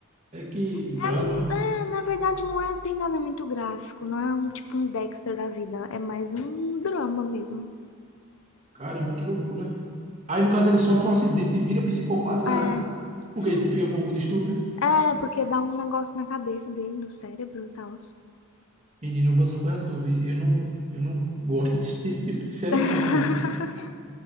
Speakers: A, on the right (about 30°); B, on the left (about 65°).
A: é que
B: É,
A: drama.
B: hum, é, na verdade, não é, tem nada muito gráfico. Não é um tipo um Dexter da vida. É mais um drama mesmo.
A: Caramba, que loucura. Aí, no caso, ele sofre um acidente e vira psicopata
B: É, sim.
A: porque ele fica com algum distúrbio.
B: É, porque dá um negócio na cabeça dele, no cérebro e tal.
A: Menino, eu vou dizer uma coisa a tu, vi. Eu não, eu não gosto de assistir esse tipo de série,
B: <laughs>
A: não, pô.